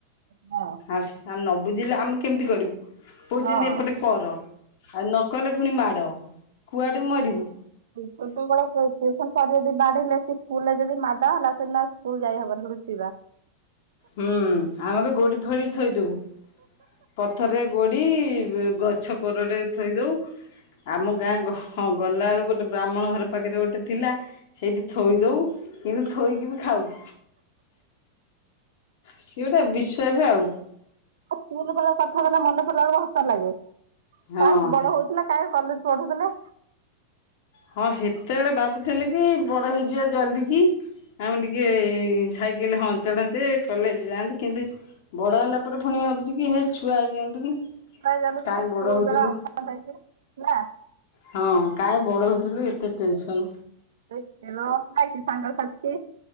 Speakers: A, on the right; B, on the left.
A: ହଁ
B: ଆସ ଆ ନବ ବୁଝିଲେ ଆମେ କେମତି କରିବୁ। କଉଚନ୍ତି
A: ହଁ।
B: ଏପଟେ କର। ହାନ କଲେ ପୁଣି ମାଡ଼ କୁଆଡୁ ମରିବୁ।
A: ଛୋଟବେଳେ ଟ୍ୟୁସନ ସାର ଯଦି ବାଡେଇଲେ ସେ ସ୍କୁଲରେ ଯଦି ମାଡ ହେଲା ସେଦିନ ସ୍କୁଲ ଯାଇହବନି ନୁଚିବା।
B: ହୁଁ ଆମେ ତ ଗୋଡି ଫୋଡି ଥୋଇଦୋଉ ପଥରେ ଗୋଡି ଇବ୍ ଗଛ କୋରଡ଼ରେ ଥୋଇଦୋଉ। ଆମ ଗାଁ ହଁ ଗଲାଓଳୁକୁ ଗୋଟେ ବ୍ରାହ୍ମଣ ଘର ପାଖରେ ଗୋଟେ ଥିଲା ସେଇଠି ଥୋଇ ଦୋଉ କିନ୍ତୁ ଥୋଇକିବି ଖାଉ। ସିଏ
A: ଶୀଘ୍ର
B: ଗୋଟେ
A: ସ୍କୁଲ
B: ବିଶ୍ଵାସ
A: ବେଳ
B: ଆଉ
A: ପାଖ ସ୍କୁଲ ବେଳ ପାଖ ହେନେ ମନେ ପଡିଲାବୋଳୁକୁ ହସ ଲାଗେ।
B: ହଁ।
A: କାଇଁ ବଡ ହୋଉଥୁ ନା କାଇଁ କଲେଦ ପଢୁଥୁଲେ।
B: ହଁ ସେତେବେଳେ ଭାବୁଥିଲିକି ବଡ ହେଇଯିବା ଜଲ୍ଦି କି। ଆମେ ଟିକେ ଏ ସାଇକେଲ ହଁ ଚଢ଼ନ୍ତେ କଲେଜ ଯାଆନ୍ତେ କିନ୍ତୁ ବଡ଼ ହେଲା ପରେ ପୁଣି ଭାବୁଛି କି ହେ ଛୁଆ ହେଇଯାଆନ୍ତୁ କି।
A: ଆ ଚାଲୁ ବି
B: କାହିଁ
A: ତା ସ୍କୁଲବେଳ
B: ବଡ଼ ହେଉଥିଲୁ।
A: ନା ଆ
B: ହଁ କାହିଁ ବଡ଼ ହେଉଥିଲୁ ଏତେ ଟେନସନ୍
A: ରାଲ ନାଇକ ସଙ୍ଗ ସେ